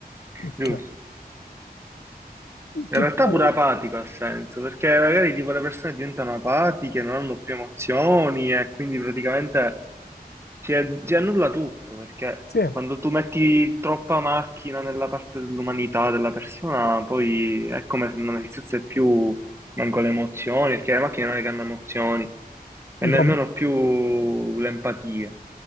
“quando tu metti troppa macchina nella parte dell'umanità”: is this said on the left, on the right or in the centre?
Right